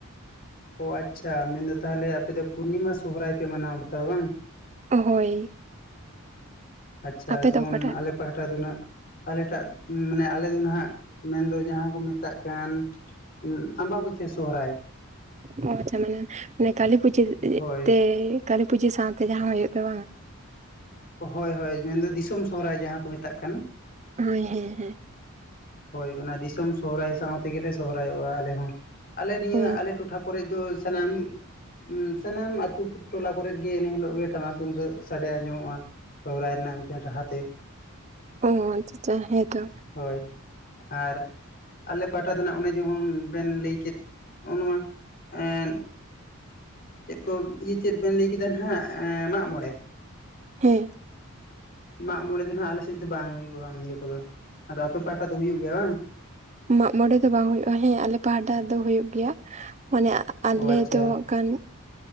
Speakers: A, on the left (about 40°); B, on the right (about 30°).
A: ᱚ ᱟᱪᱪᱷᱟ ᱢᱮᱱ ᱫᱚ ᱛᱟᱦᱚᱞᱮ ᱟᱯᱮ ᱫᱚ ᱯᱩᱨᱱᱤᱢᱟ ᱥᱚᱦᱚᱨᱟᱭ ᱯᱮ ᱢᱟᱱᱟᱣ ᱵᱟᱛᱟᱣᱟ ᱵᱟᱝ?
B: ᱦᱳᱭ᱾
A: ᱟᱪᱪᱷᱟ
B: ᱟᱯᱮ
A: ᱡᱮᱢᱚᱱ
B: ᱫᱚ ᱚᱠᱟᱴᱟᱜ
A: ᱟᱞᱮ ᱯᱟᱦᱟᱴᱟ ᱫᱚ ᱱᱟᱦᱟᱜ ᱟᱞᱮᱴᱟᱜ ᱢᱟᱱᱮ ᱟᱞᱮ ᱫᱚ ᱱᱟᱦᱟᱸᱜ ᱢᱮᱱᱫᱚ ᱡᱟᱦᱟᱸ ᱠᱚ ᱢᱮᱛᱟᱜ ᱠᱟᱱ ᱩᱸᱜ ᱟᱢᱵᱟᱵᱟᱹᱥᱭᱟᱹ ᱥᱚᱦᱚᱨᱟᱭ᱾
B: ᱚ ᱟᱪᱪᱷᱟ ᱢᱟᱱᱮ ᱚᱱᱮ ᱠᱟᱹᱞᱤ ᱯᱩᱡᱟᱹ
A: ᱦᱳᱭ
B: ᱛᱮ ᱠᱟᱹᱞᱤ ᱯᱩᱡᱟᱹ ᱥᱟᱶ ᱛᱮ ᱡᱟᱦᱟᱸ ᱦᱩᱭᱩᱜ ᱫᱚ ᱵᱟᱝ?
A: ᱦᱳᱭ ᱦᱳᱭ ᱢᱮᱱᱫᱚ ᱫᱤᱥᱚᱢ ᱥᱚᱦᱚᱨᱟᱭ ᱡᱟᱦᱟᱸ ᱠᱚ ᱢᱮᱛᱟᱜ ᱠᱟᱱ᱾
B: ᱦᱳᱭ ᱦᱮᱸ ᱦᱮᱸ᱾
A: ᱦᱳᱭ ᱚᱱᱟ ᱫᱤᱥᱚᱢ ᱥᱚᱦᱚᱨᱟᱭ ᱥᱟᱶ ᱛᱮᱜᱮᱞᱮ ᱥᱚᱦᱚᱨᱟᱭᱚᱜᱼᱟ ᱟᱞᱮ ᱦᱚᱸ ᱟᱞᱮ ᱱᱤᱭᱟᱹ
B: ᱚ
A: ᱟᱞᱮ ᱴᱚᱴᱷᱟ ᱠᱚᱨᱮᱫ ᱫᱚ ᱥᱟᱱᱟᱢ ᱩ ᱥᱟᱱᱟᱢ ᱟᱹᱛᱩ ᱴᱚᱞᱟ ᱠᱚᱨᱮ ᱜᱮ ᱮᱱᱟ ᱦᱤᱞᱳᱜ ᱜᱮ ᱴᱟᱢᱟᱠ ᱛᱩᱢᱫᱟᱹᱜ ᱥᱟᱰᱮ ᱟᱸᱡᱚᱢᱚᱜᱼᱟ᱾ ᱥᱚᱦᱚᱨᱟᱭ ᱨᱮᱱᱟᱜ ᱢᱤᱫᱴᱮᱱ ᱨᱟᱦᱟᱛᱮ᱾
B: ᱚ ᱟᱪᱪᱷᱟ ᱦᱮᱸ ᱛᱚ᱾
A: ᱦᱳᱭ, ᱟᱨ ᱟᱞᱮ ᱯᱟᱦᱟᱴᱟ ᱫᱚᱱ ᱦᱟᱸᱜ ᱚᱱᱮ ᱡᱚᱦᱚᱱ ᱵᱮᱱ ᱞᱟᱹᱭ ᱠᱮᱫ ᱱᱚᱜᱼᱚ ᱱᱚᱣᱟ ᱮᱸᱫ ᱪᱮᱫ ᱠᱚ ᱤᱭᱟᱹ ᱪᱮᱫ ᱵᱮᱱ ᱞᱟᱹᱭ ᱠᱮᱫᱟᱱ ᱦᱟᱸᱜ ᱮᱸ ᱢᱟᱜ ᱢᱚᱬᱮ᱾
B: ᱦᱮᱸ᱾
A: ᱢᱟᱜᱽ ᱢᱚᱬᱮ ᱫᱚ ᱱᱟᱦᱟᱸᱜ ᱟᱞᱮ ᱥᱮᱫ ᱫᱚ ᱵᱟᱝ ᱦᱩᱭᱩᱜᱼᱟ ᱱᱤᱭᱟᱹ ᱠᱚᱫᱚ ᱟᱫᱚ ᱟᱯᱮ ᱯᱟᱦᱟᱴᱟ ᱫᱚ ᱦᱩᱭᱩᱜ ᱜᱮᱭᱟ ᱵᱟᱝ?
B: ᱢᱟᱜᱽ ᱢᱚᱬᱮ ᱫᱚ ᱵᱟᱝ ᱦᱩᱭᱩᱜᱼᱟ ᱦᱮᱸ ᱟᱞᱮ ᱯᱟᱦᱟᱴᱟ ᱫᱚ ᱦᱩᱭᱩᱜ ᱜᱮᱭᱟ ᱢᱟᱱᱮ ᱟᱞᱮ
A: ᱚ ᱟᱪᱪᱷᱟ
B: ᱫᱚ ᱚᱱᱠᱟᱱ